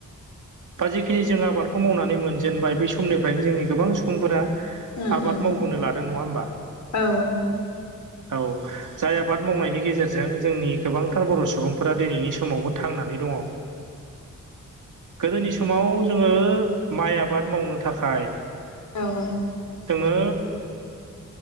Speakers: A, on the right; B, on the left.
A: दा जिखिनि जों आबादखौ मावनानै मोनजेनबाय बै समनिफ्रायनो जोंनि गोबां सुबुंफोरा
B: उम
A: आबाद
B: उम
A: मावबोनो लादों नङा होमबा
B: औ
A: औ। जाय आबाद मावनायनि गेजेरजों जोंनि गोबांथार बर' सुबुंफोरा दिनैनि समावबो थांनानै दङ। गोदोनि समाव जोङो माइ आबाद मावनो थाखाय।
B: औ औ।
A: जोङो